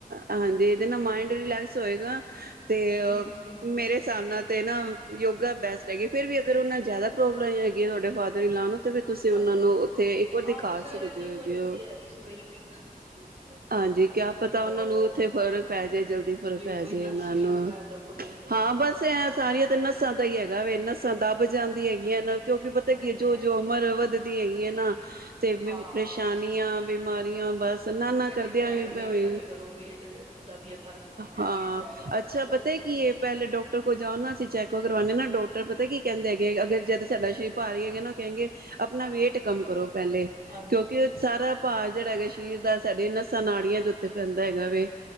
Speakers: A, on the right; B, on the right.
A: ਹਾਂਜੀ। ਇਹਦੇ ਨਾਲ ਮਾਇੰਡ ਰਿਲੈਕਸ ਹੋਏਗਾ। ਅਤੇ
B: ਹਮ
A: ਮੇਰੇ ਹਿਸਾਬ ਨਾਲ ਤੇ ਨਾ ਯੋਗਾ ਬੈਸਟ ਹੈਗੀ ਫੇਰ ਵੀ ਅਗਰ ਉਹਨਾਂ ਜ਼ਿਆਦਾ ਪ੍ਰੋਬਲ ਹੈਗੀ ਤੁਹਾਡੇ ਫਾਦਰ ਇਨ ਲਾਅ ਨੂੰ। ਤੇ ਫਿਰ ਤੁਸੀਂ ਉਹਨਾਂ
B: ਹਾਂਜੀ
A: ਨੂੰ ਉੱਥੇ ਇੱਕ ਵਾਰ ਦਿਖਾ
B: ਹਾਂ ਕਿਸੇ ਵੇਲੇ
A: ਸਕਦੇ
B: ਠੀਕ
A: ਹੈਗੇ
B: ਜਾਂਦੀ
A: ਹੋ
B: ਹੈ ਕਿਸੇ ਵੇਲੇ ਫਿਰ ਦਰਦ ਹੋਣੀ ਸ਼ੁਰੂ ਹੋ ਜਾਂਦੀ
A: ਹਾਂਜੀ
B: ਹੈ
A: ਕਿਆ ਪਤਾ
B: ਹਾਂ
A: ਉਹਨਾਂ ਨੂੰ ਉੱਥੇ ਫ਼ਰਕ ਪੈ ਜੇ। ਜਲਦੀ ਫਰਕ
B: ਜਿਵੇਂ
A: ਪੈ
B: ਕੋਈ
A: ਜੇ
B: ਨਸ
A: ਉਹਨਾਂ
B: ਕੋਈ
A: ਨੂੰ
B: ਵਗੈਰਾ ਦੱਬ ਗਈ ਹੈ।
A: ਹਾਂ ਬਸ ਐ
B: ਹਾਂ
A: ਸਾਰੀਆਂ ਤੇ ਨੱਸਾਂ ਦਾ ਹੀ ਹੈਗਾ ਵ ਨੱਸਾਂ ਦੱਬ ਜਾਣ। ਦੀ ਹੈਗੀਆਂ ਨਾ। ਕਿਉਂਕਿ ਪਤਾ
B: ਹਾਂਜੀ
A: ਕੀ ਐ ਜਿਉ
B: ਹਾਂਜੀ
A: ਜਿਉ ਉਂ ਦੀ ਹੈਗੀਆਂ ਨਾ। ਤੇ ਪਰੇਸ਼ਾਨੀਆਂ
B: ਹਾਂ
A: ਬਿਮਾਰੀਆਂ ਬਸ ਨਾ ਨਾ ਕਰਦਿਆਂ
B: ਦੇਖਿਆ
A: ਹੋ
B: ਹੈ ਵੇਟ
A: ਭਾਵੇਂ
B: ਘੱਟ ਕਰੋ ਵੇਟ ਦਾ ਵੀ ਫ਼ਰਕ ਪੈਂਦਾ
A: ਹਾਂ,
B: ਵੇਟ ਜ਼ਿਆਦਾ ਆਏਗਾ
A: ਅੱਛਾ
B: ਤੇ
A: ਪਤਾ ਕੀ ਇਹ ਪਹਿਲੇ ਡਾਕਟਰ ਕੋਲ਼ ਜਾਓ ਨਾ ਅਸੀਂ ਚੈੱਕਅਪ ਕਰਵਾਣੇ ਆ ਨਾ ਡਾਕਟਰ ਪਤਾ ਕੀ ਕਹਿੰਦੇ ਹੈਗੇ ਅਗਰ ਜਦ ਸਾਡਾ ਸ਼ਰੀਰ ਭਹੀ ਹੋਏਗਾ ਉਹ ਕਹਿੰਗੇ ਆਪਣਾ ਵੇਟ ਕੰਮ ਕਰੋ ਪਹਿਲੇ
B: ਹਾਂਜੀ
A: ਕਿਉਂਕਿ
B: ਹਾਂਜੀ
A: ਸਾਰਾ ਭਾ ਜਿਹੜਾ ਹੈਗਾ ਸ਼ਰ ਦਾ ਸਾਡੇ ਨਸਾਂ ਨਾੜੀਆਂ ਦੇ ਉੱਤੇ ਪੈਂਦਾ ਹੈਗਾ ਵ